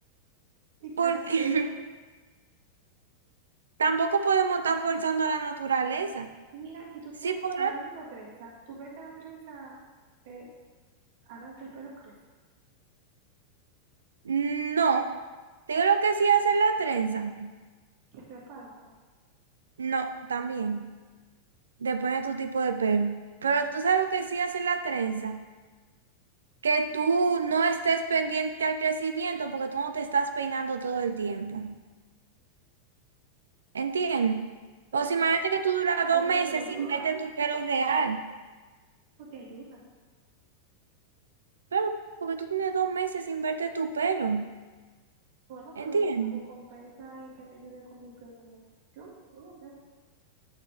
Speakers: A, on the right (about 50°); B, on the right (about 70°).
A: Y que
B: Porque
A: hace trenza.
B: <laughs> tampoco podemos estar forzando a la naturaleza.
A: Mira, ¿y tú
B: Sí,
A: crees,
B: por
A: hablando de trenza, ¿tú crees que las trenzas eh, hagan que el pelo crezca,
B: No, te digo lo que sí hacer la trenza.
A: que se partan?
B: No, también. Depende de tu tipo de pelo. Pero tú sabes lo que sí hacer la trenza. Que tú no estés pendiente al crecimiento porque tú no te estás peinando todo el tiempo. ¿Entiendes?
A: Pero
B: O si
A: eso,
B: imagínate que tú duras
A: eso
B: dos meses
A: te ayuda,
B: sin verte tu pelo real.
A: eso te ayuda.
B: Pero porque tú tienes dos meses sin verte tu pelo.
A: Bueno,
B: ¿Entiendes?
A: pero si mi recompensa es que me ayude con mi pelo, ¿verdad? Yo, yo no creo.